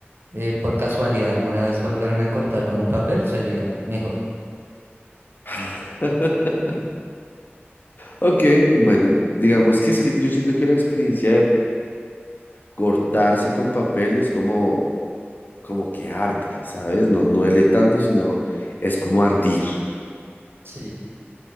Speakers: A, on the right; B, on the left.
A: eh, por casualidad alguna vez volverme a cortar con un papel sería mejor.
B: <laughs> Ok, bueno, digamos que es que yo siento que la experiencia de cortarse con papel es como, como que arde, ¿sabes? No, no duele tanto, sino es como ardir.
A: Sí.